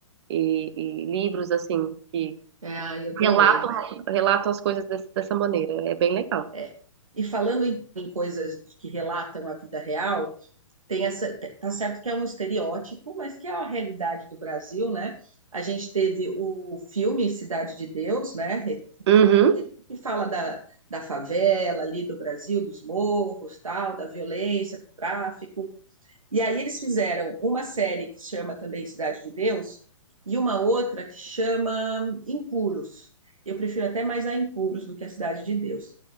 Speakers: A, on the right (about 55°); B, on the right (about 85°).
A: e- e livros, assim, que
B: é, ah, eu também.
A: relatam, relatam as coisas desse- dessa maneira. É bem legal.
B: É. E falando em, em coisas que relatam a vida real, tem essa, te- tá certo que é um estereótipo, mas que é a realidade do Brasil, né? A gente teve o filme Cidade de Deus, né?
A: Uhum.
B: que, que fala da, da favela ali do Brasil, dos morros, tal, da violência, do tráfico. E aí eles fizeram uma série que chama também Cidade de Deus e uma outra que chama Impuros. Eu prefiro até mais a Impuros do que a Cidade de Deus.